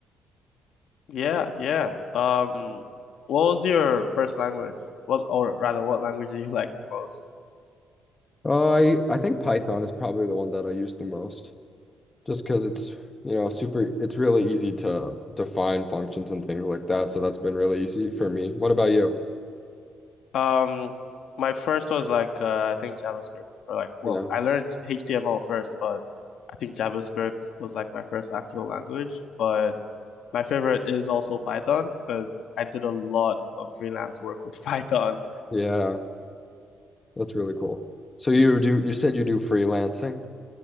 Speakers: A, on the left; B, on the left.
A: Yeah, yeah. Um, what was your first language? What, or rather, what language do you <laughs> like the most?
B: Uh, I I think Python is probably the one that I use the most, just because it's you know super. It's really easy to define functions and things like that, so that's been really easy for me. What about you?
A: Um, my first was like uh, I think JavaScript or like well,
B: Yeah,
A: I learned HTML first, but I think JavaScript was like my first actual language. But my favorite is also Python because I did a lot of freelance work with <laughs> Python.
B: yeah, that's really cool. So you do you said you do freelancing?